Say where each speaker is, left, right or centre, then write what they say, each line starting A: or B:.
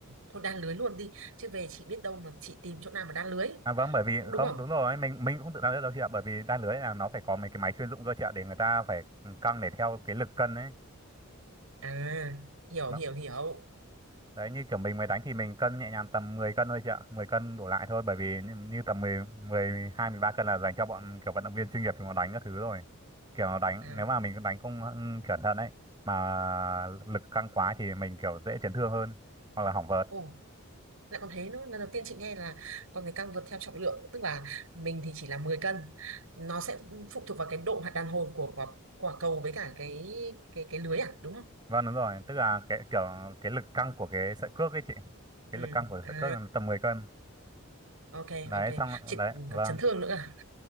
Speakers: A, on the right (about 75°); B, on the right (about 20°).
A: thôi đan lưới luôn đi chứ về chị biết đâu mà chị tìm chỗ nào mà đan lưới
B: À vâng, bởi vì
A: cũng đúng
B: không
A: không
B: đúng rồi, mình mình cũng tự đan lưới đâu chị ạ, bởi vì đan lưới là nó phải có mấy cái máy chuyên dụng cơ chị ạ để người ta phải căng để theo cái lực cân ấy.
A: à hiểu
B: Vâng.
A: hiểu hiểu
B: Đấy như kiểu mình mới đánh thì mình cân nhẹ nhàng tầm 10 cân thôi chị ạ, 10 cân đổ lại thôi bởi vì như, như tầm mười, mười hai, mười ba cân là dành cho bọn kiểu vận động viên chuyên nghiệp thì nó đánh các thứ rồi. Kiểu nó đánh
A: à
B: nếu mà mình đánh không ừ, cẩn thận ấy mà lực căng quá thì mình kiểu dễ chấn thương hơn hoặc là hỏng vợt.
A: ồ lại còn thế nữa lần đầu tiên chị nghe là con người căng vượt theo trọng lượng tức là mình thì chỉ là mười cân nó sẽ phụ thuộc vào cái độ hoạt đàn hồi của quả, quả cầu với cả cái cái cái lưới à đúng không
B: Vâng đúng rồi, tức là cái kiểu cái lực căng của cái sợi cước ấy chị. Cái
A: ừ
B: lực căng của
A: à
B: sợi cước là tầm 10 cân.
A: ok
B: Đấy
A: ok
B: xong
A: chị
B: đấy, vâng.
A: còn chấn thương nữa à,